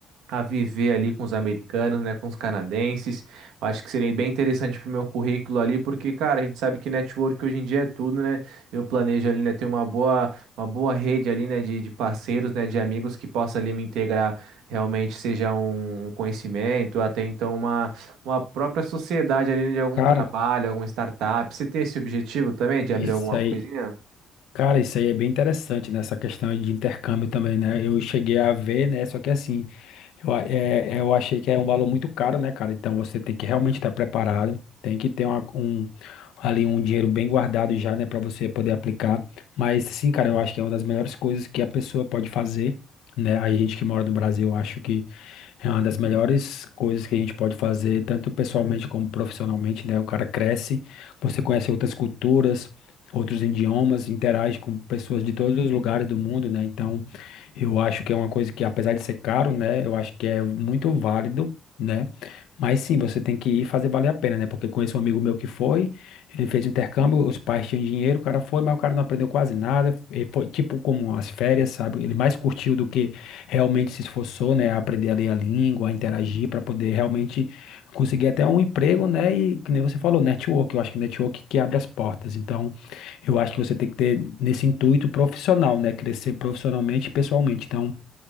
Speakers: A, on the right (about 80°); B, on the left (about 80°).
A: a viver ali com os americanos, né, com os canadenses. Eu acho que seria bem interessante para o meu currículo ali, porque, cara, a gente sabe que network hoje em dia é tudo, né? Eu planejo ali, né, ter uma boa, uma boa rede ali, né, de, de parceiros, né, de amigos que possa ali me integrar realmente, seja um conhecimento, até então uma, uma própria sociedade ali, né, de algum
B: cara,
A: trabalho, alguma startup. Você tem esse objetivo também de abrir
B: isso
A: alguma
B: aí.
A: coisinha?
B: Cara, isso aí é bem interessante, né? Essa questão de intercâmbio também, né? Eu cheguei a ver, né? Só que assim, eu, a- é, eu achei que é um valor muito caro, né, cara? Então você tem que realmente estar preparado, tem que ter uma- um, ali um dinheiro bem guardado já, né, para você poder aplicar. Mas sim, cara, eu acho que é uma das melhores coisas que a pessoa pode fazer, né? A gente que mora no Brasil, eu acho que é uma das melhores coisas que a gente pode fazer, tanto pessoalmente como profissionalmente, né? O cara cresce, você conhece outras culturas outros idiomas, interage com pessoas de todos os lugares do mundo, né? Então, eu acho que é uma coisa que, apesar de ser caro, né, eu acho que é muito válido. Né? Mas sim, você tem que ir fazer valer a pena, né? Porque conheço um amigo meu que foi, ele fez intercâmbio, os pais tinham dinheiro, o cara foi, mas o cara não aprendeu quase nada. Ele foi tipo como as férias, sabe? Ele mais curtiu do que realmente se esforçou, né? a Aprender a ler a língua, a interagir para poder realmente conseguir até um emprego, né? E que nem você falou, network, eu acho que network que abre as portas. Então, eu acho que você tem que ter nesse intuito profissional, né? Crescer profissionalmente e pessoalmente. Então,